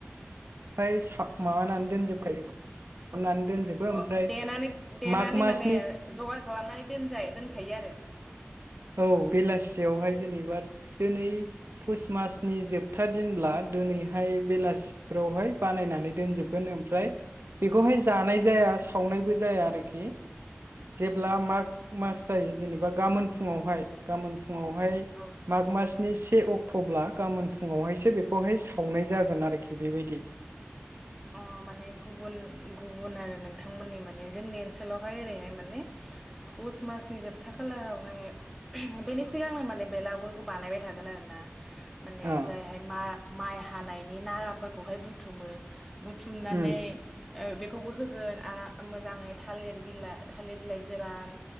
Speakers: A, on the right; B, in the centre.
A: ओमफ्राय साब माबानानै दोनजोबखायो खालामनानै दोनजोबो ओमफ्राय
B: अ देनानै देनानै
A: माग मासनि
B: माने जगार खालामनानै दोनजायो दोनखायो आरो।
A: औ बेलासियावहाय जेनेबा दिनै पुष मासनि जोबथा दिनब्ला दोनैहाय बेलासि फोरावहाय बानायनानै दोनजोबगोन ओमफ्राय बेखौहाय जानाय जाया सावनायबो जाया आरोखि। जेब्ला
B: अ
A: माघ मास जायो जेनेबा गामोन फुङावहाय गामोन फुं फुङावहाय
B: औ
A: माग मासनि से अक्ट' थब्ला गाबोन फु फुङावहायसो बेखौहाय सावनाय जागोन आरोखि। बेबायदि।
B: अ माने गुबुन गुबुन आरो नोंथांमोननि माने जोंनि ओनसोलावहाय ओरैहाय माने पुस मासनि जोबथा खालारावहाय बेनि सिगांनो माने बेलागुरखौ बानायबाय थागोन आरो ना। माने
A: अ
B: जायहाय मा-माइ हा हानायनि नाराफोरखौहाय बुथुमो बुथुमनानै
A: उम
B: ओ बेखौबो होगोन आरो मोजाङै थालिर बिलाइ थालिर बिलाइ गोरान